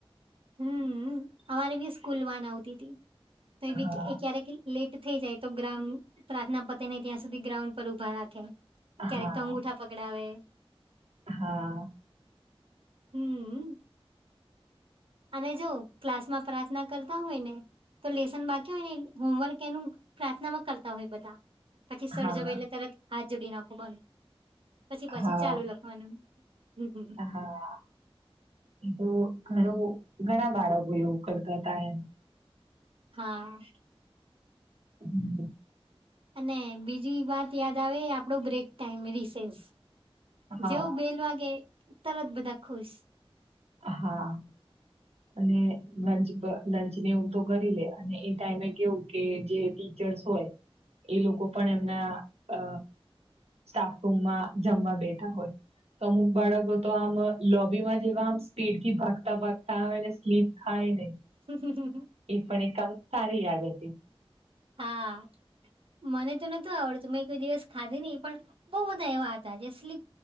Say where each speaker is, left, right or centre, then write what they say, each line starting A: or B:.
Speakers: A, on the right; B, on the right.
A: હમ અમારે બી સ્કૂલ વાન આવતી હતી તો એ
B: હા
A: બી ક્યારેક લેટ થઇ જાય તો ગ્રાઉન્ડ પ્રાર્થના પતે ને ત્યાં સુધી ગ્રાઉન્ડ પર ઉભા રાખે ક્યારેક
B: હા
A: અંગુઠા પકડાવે
B: હા.
A: હમ. અને જો ક્લાસમાં પ્રાર્થના કરતા હોય ને તો લેસન બાકી હોય ને એનું હોમવર્ક એનું પ્રાર્થનામાં કરતા હોય બધા. પછી સર
B: હા
A: જાવે એટલે તરત હાથ જોડી આખો બંધ પછી પછી
B: હા
A: ચાલુ લ હન હ હ
B: હા એ તો ઘણું ઘણા બાળકો એવું કરતા હતા એમ.
A: હા.
B: હમ.
A: અને બીજી વાત યાદ આવે આપડો બ્રેક ટાઈમ રિસેન્સ
B: હા
A: જેવો બેલ વાગે તરત બધા ખુશ.
B: હા. અને લંચ બ લંચ ને એવું તો કરી લે અને એ ટાઈમે કેવું કે જે ટી જળસ હોય એ લોકો પણ એમના અ સ્ટાપરૂમમાં જમવા બેઠા હોય. તો અમુક બાળકો તો આમ લોબી માં જેવા આમ સ્પીડથી ભાગતા ભાગતા આવે ને સ્લીપ ખાય ને.
A: <unintelligible>
B: એ પણ એકમ સારી યાદ હતી.
A: હા. મને તો નતુ આવડતું મેં કોઈ દિવસ ખાધી નહીં પણ બોઉ બધા એવા હતા જે સ્લી